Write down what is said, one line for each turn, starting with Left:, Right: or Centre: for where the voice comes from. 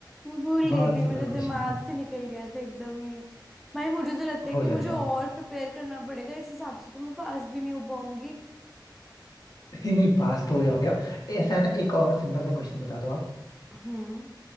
Centre: मैं भूल गई
Left: बहुत
Centre: थी
Left: सिंपल
Centre: मेरे
Left: क्वेश्चन
Centre: दिमाग
Left: था
Centre: से निकल गया था एकदम ही भाई मुझे तो लगता है
Left: हो
Centre: कि
Left: जाता
Centre: मुझे और
Left: है
Centre: प्रिपेयर करना पड़ेगा इस हिसाब से तो मैं पास भी नहीं हो पाऊंगी
Left: <laughs> नहीं नहीं पास तो हो जाओगे आप ऐसा है ना एक और सिंपल सा क्वेश्चन बता दो आप
Centre: हम्म